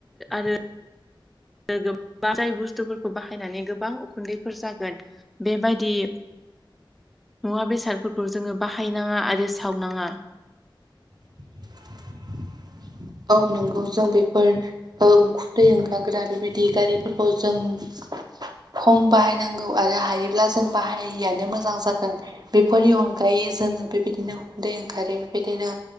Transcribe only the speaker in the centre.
आरो गोबां जाय बुस्थुफोरखौ बाहायनानै गोबां उखुन्दैफोर जागोन बेबायदि
मुवा बेसादफोरखौ जोङो बाहायनाङा आरो सावनाङा।